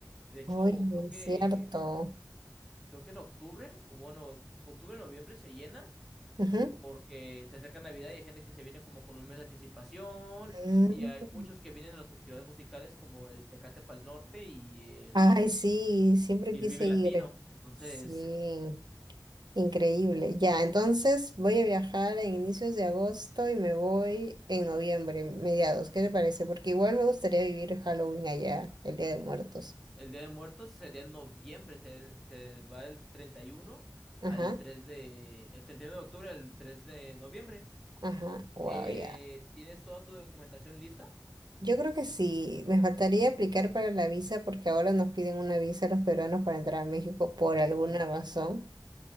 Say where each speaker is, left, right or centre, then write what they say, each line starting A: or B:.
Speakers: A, in the centre; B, on the right.
A: De hecho,
B: Oye,
A: creo que,
B: es cierto.
A: creo que en octubre, o bueno, octubre, noviembre se llena
B: Ujú.
A: porque se acerca Navidad y hay gente que se viene como con un mes de anticipación
B: Mm.
A: y hay muchos que vienen a los festivales musicales como el Tecate Pal Norte y el,
B: Ay, sí, siempre
A: y
B: quise
A: el Vive
B: ir.
A: Latino. Entonces,
B: Sí.
A: <laughs>
B: Increíble. Ya, entonces voy a viajar en inicios de agosto y me voy en noviembre, mediados. ¿Qué te parece? Porque igual me gustaría vivir Halloween allá, el Día de Muertos.
A: el Día de Muertos sería en noviembre, se, se va el 31
B: Ajá,
A: al 3 de, el 31 de octubre al 3 de noviembre.
B: ajá, wow,
A: Eh,
B: ya.
A: ¿tienes toda tu documentación lista?
B: Yo creo que sí, me faltaría aplicar para la visa porque ahora nos piden una visa a los peruanos para entrar a México por alguna
A: Oye,
B: razón.